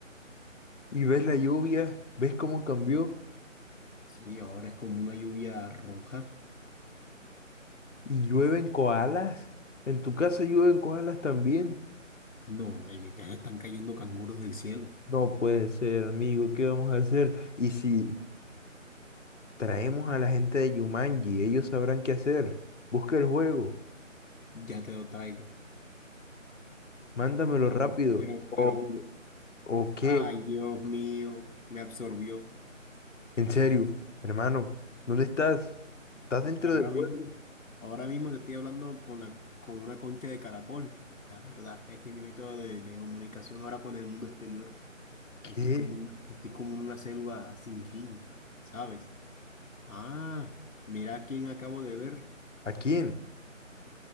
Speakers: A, on the left; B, on the left.
A: y ves la lluvia, ¿ves cómo cambió?
B: Sí, ahora es como una lluvia roja
A: ¿Y llueven koalas? ¿En tu casa llueven koalas también?
B: No, en mi casa están cayendo canguros del cielo.
A: No puede ser, amigo, ¿qué vamos a hacer? ¿Y si traemos a la gente de Yumanji? Ellos sabrán qué hacer. Busca el juego,
B: Ya te lo traigo.
A: mándamelo
B: Pero,
A: rápido.
B: pero,
A: ¿O,
B: pero,
A: o qué?
B: ay, Dios mío, me absorbió.
A: En serio, hermano, ¿dónde estás? ¿Estás dentro
B: Ahora
A: del juego?
B: mismo, ahora mismo te estoy hablando con la, con una concha de caracol. La verdad, este es mi método de, de comunicación ahora con el mundo exterior.
A: ¿Qué?
B: Estoy como, una- estoy como en una selva sin fin, ¿sabes? Ah, mira a quién acabo de ver.
A: ¿A quién?